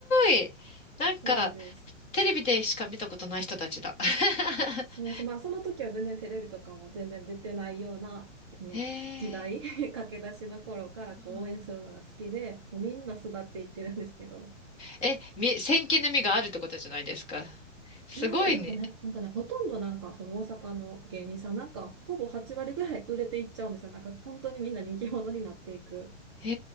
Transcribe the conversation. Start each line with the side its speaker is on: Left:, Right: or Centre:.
Left: ーい。なんか、
Right: そうです。
Left: テレビでしか見たことない人たちだ。<laughs>
Right: そうそう、まあその時は全然テレビとかも全然出てないような、もう時代、
Left: へえ。
Right: <laughs> 駆け出しの頃からこう応援するのが好きで、
Left: うん
Right: もうみんな巣立っていってるんですけど。
Left: え、み、先見の目があるってことじゃないですか。すごいね。
Right: いや、でもね、なんかね、ほとんどなんかその大阪の芸人さんなんかほぼ8割ぐらい売れていっちゃうんですよ。なんか本当にみんな人気者になっていく
Left: へ